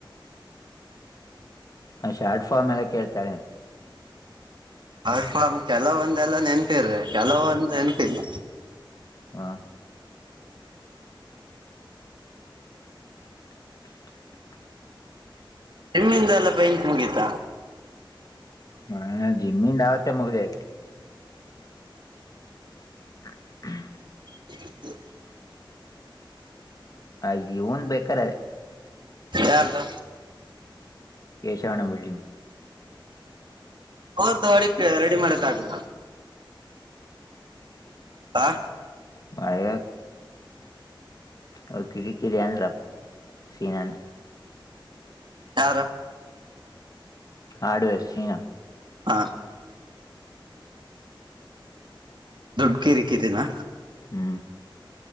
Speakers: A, on the left; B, on the right.
A: ಶಾರ್ಟ್ ಫಾರ್ಮ್ ಎಲ್ಲ ಕೇಳ್ತಾರೆ
B: ಅ ಕೆಲವೊಂದ ಎಲ್ಲ ನೆನ್ಪಿ ಇರ್ರೆ ಕೆಲವೊಂದು ನೆನ್ಪಿಲ್ಲ
A: ಹಾ <unintelligible>
B: ಹೆಮ್ಮಿಂದ ಎಲ್ಲ ಪೈಂಕ ಮುಗೀತ
A: ಹ ಜಿಮ್ಮಿಂಡಾಗತ್ತೆ ಮುಗದೆ <unintelligible>
B: ಇ
A: ಹ ಇವನ್ ಬೇಕಾರ ಅದೇ
B: ಯಾರದ
A: ಕೆಶವಣ ಬಿಲ್ಡಿಂಗ್
B: ಅವ್ರ್ದ ಹೊಡಕ್ ರೆಡಿ ಮಾಡತ್ ಆಗಿಲ್ಲ ಹಾ
A: ಮಳ ಅವ ಕಿರಿ ಕಿರಿನ್ ಸೀನಾನ
B: ಯರು
A: ಹಾರ್ಡ್ ವೇರ್ ಸಿನಾ
B: ಹಾ ದುಡ್ಡು ಕಿರಿ ಕೀರಿನಾ
A: ಹ್ಮ